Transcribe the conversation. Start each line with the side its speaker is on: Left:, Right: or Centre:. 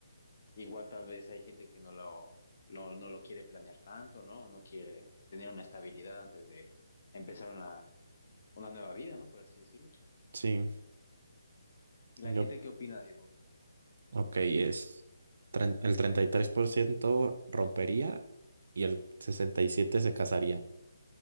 Left: igual tal vez hay gente que no lo, no, no lo quiere planear tanto, ¿no? No quiere tener una estabilidad antes de empezar una, una nueva vida, ¿no? Por así decirlo.
Right: sí.
Left: ¿Y
Right: Yo
Left: la gente qué opina, Digo,
Right: Ok, es tren- el 33% rompería y el 67% se casaría.